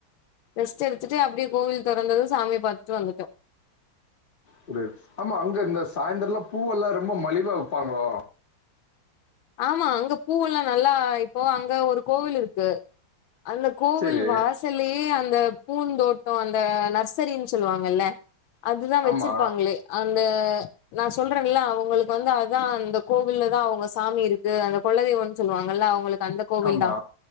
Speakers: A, on the left; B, on the left.
A: ரெஸ்ட்டு எடுத்துட்டு அப்டியே கோவில் தொறந்தது சாமிய பாத்துட்டு வந்துட்டோ
B: குடு ஆமா அங்க இந்த சாயந்தரல்லா பூவெல்லா ரொம்ப மலிவா விப்பாங்களோ
A: ஆமா அங்க பூவெல்லா நல்லா இப்போ அங்க ஒரு கோவில் இருக்கு அந்த கோவில்
B: சரி.
A: வாச சல்லையே அந்த பூ தோட்டோ அந்த நர்சரின்னு சொல்லுவாங்கல்ல அதுதா வெச்சிருப்பாங்களே
B: ஆமா,
A: அந்த நா சொல்றன்ல அவுங்களுக்கு வந்து அதா அந்த கோவில்ல தா அவுங்க சாமி இருக்கு அந்த கொலதெய்வோன்னு சொல்லுவாங்கல்ல அவுங்களுக்கு அந்த கோவில்
B: ஆமா.
A: தா